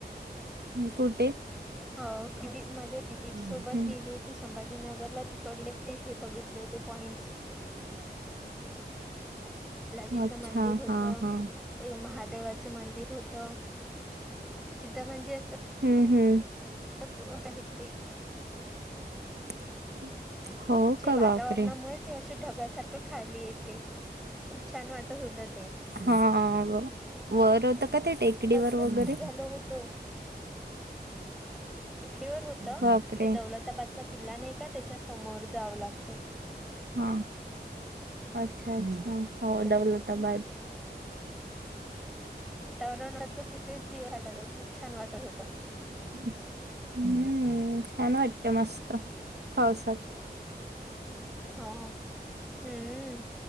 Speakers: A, on the right (about 70°); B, in the centre.
A: हू कुठे?
B: हो कधी माझ्या दिदी
A: हम्म
B: सोबत गेली होती संभाजीनगरला तिकडले हे बघितले होते पॉइंट् बालाजीचं
A: अच्छा
B: मंदिर होतं,
A: हा हा
B: ये महादेवाचं मंदिर होत. तिथं म्हणजे असं
A: हम्म हम्म
B: <unintelligible>
A: <unintelligible>
B: चे
A: का
B: वातावरणामुळे
A: बापरे
B: ते असे ढगासारखं खाली येते, खूप छान वाटत होत ते
A: हा ब वर होत का ते टेकडी
B: तसच
A: वर वगैरे?
B: निघालो होतो टेकडीवर होत,
A: बापरे
B: ते दौलताबादचा किल्ला नाही का त्याच्या समोर जावं लागतय
A: हा अच्छा अच्छा
B: होत
A: हो दौलताबाद,
B: वातावरण वाच किथेच दिव वाटत हो खूप छान वाटत होतं,
A: हम्, हम्म छान वाटत मस्त पावसात,
B: हो हम्म,